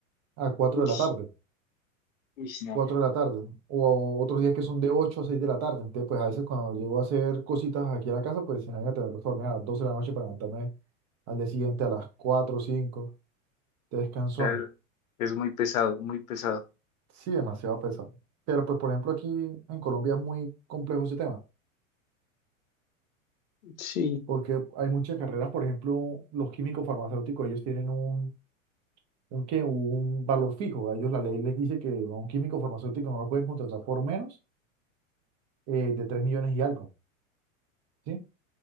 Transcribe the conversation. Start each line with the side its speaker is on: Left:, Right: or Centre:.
Right: a cuatro
Left: Uy,
Right: de la tarde,
Left: uy, no.
Right: 4 de la tarde, o, otros días que son de 8 a 6 de la tarde. Entonces, pues a veces cuando llego a hacer cositas aquí a la casa, pues imagínate, me acuesto a dormir a las 12 de la noche para levantarme al día siguiente a las 4 o 5, descansón.
Left: Claro, es muy pesado, muy pesado.
Right: Sí, demasiado pesado. Pero pues, por ejemplo, aquí en Colombia es muy complejo ese tema.
Left: Sí,
Right: porque hay muchas carreras, por ejemplo, los químicos farmacéuticos, ellos tienen un, un, ¿qué? un valor fijo. A ellos la ley les dice que a un químico farmacéutico no lo pueden contratar por menos eh, de tres millones y algo, ¿sí?